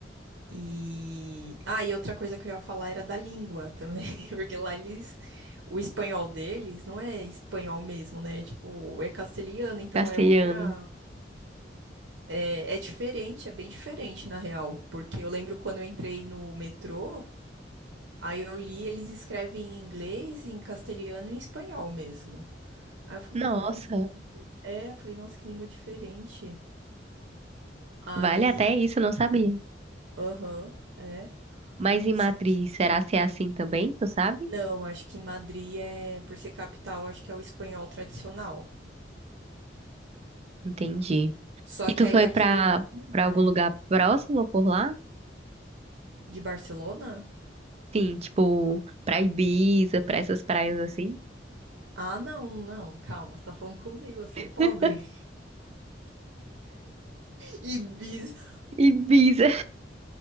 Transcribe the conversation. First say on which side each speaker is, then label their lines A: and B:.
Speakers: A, on the right (about 85°); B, on the right (about 35°).
A: E. Ah, e outra coisa que eu ia falar era da língua também, <laughs> porque lá eles. O espanhol deles não é espanhol mesmo, né? Tipo, é castelhano, então
B: Castelhano.
A: é outra. É, é diferente, é bem diferente na real. Porque eu lembro quando eu entrei no metrô, aí eu li, eles escrevem em inglês, em castelhano e em espanhol mesmo. Aí eu falei,
B: Nossa,
A: nossa, é, eu falei, nossa, que língua diferente. Aí,
B: vale até isso, eu não sabia.
A: aham, é.
B: Mas em
A: Só
B: Matriz,
A: que
B: será se é assim também? Tu sabe?
A: Não, acho que em Madrid é, por ser capital, acho que é o espanhol tradicional.
B: Entendi.
A: Só
B: E
A: que
B: tu
A: aí
B: foi
A: é aquilo,
B: pra,
A: também,
B: pra algum
A: né?
B: lugar próximo por lá?
A: De Barcelona?
B: Sim, tipo, pra Ibiza, pra essas praias assim.
A: Ah, não, não, calma, você tá falando comigo, eu sou
B: <laughs>
A: pobre. <laughs> Ibiza.
B: Ibiza,